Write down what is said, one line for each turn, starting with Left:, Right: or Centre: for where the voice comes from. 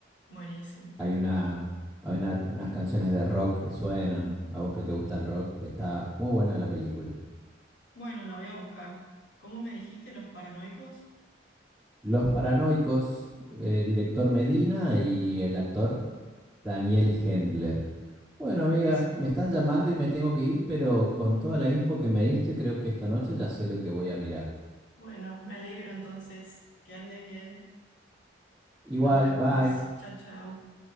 Left: buenísimo.
Centre: Hay una, hay una- unas canciones de rock que suenan, a vos que te gusta el rock, está muy buena la película.
Left: Bueno, la voy a buscar. ¿Cómo me dijiste los paranoicos?
Centre: Los Paranoicos, eh, director Medina y
Left: Ujú,
Centre: el actor Daniel Hendler. Bueno,
Left: Buenísimo.
Centre: amiga, me están llamando y me tengo que ir, pero con toda la info que me diste, creo que esta noche
Left: Mm.
Centre: ya sé lo que voy a mirar.
Left: Bueno, me alegro entonces. Que andes bien.
Centre: Igual,
Left: Nos vemos.
Centre: bye.
Left: Chao, chao.